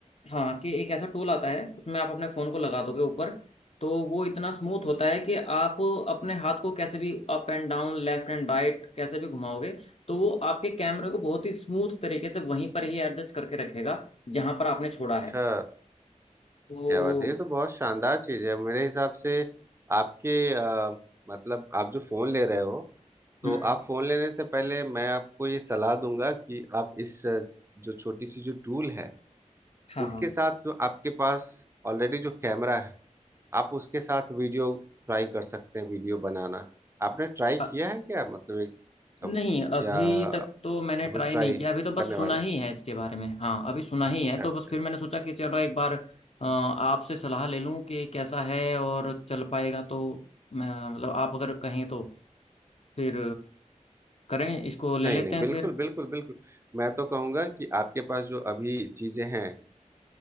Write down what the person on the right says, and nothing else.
अच्छा
क्या बात है ये तो बहुत शानदार चीज है मेरे हिसाब से आपके अ, मतलब आप जो फोन ले रहे हो तो
आप फोन लेने से पहले मैं आपको ये सलाह दूंगा कि आप इस अ, जो छोटी सी जो टूल है
इसके साथ जो आपके पास ऑलरेडी जो कैमरा है आप उसके साथ वीडियो ट्राई कर सकते हैं वीडियो बनाना आपने ट्राई
किया है क्या मतलब एक
अब
या
अभी
ट्राई
करने
वाले
हैं
अच्छा
अच्छा
अच्छा
नहीं
नहीं
बिल्कुल
बिल्कुल बिल्कुल मैं तो कहूंगा कि आपके पास जो अभी चीजें हैं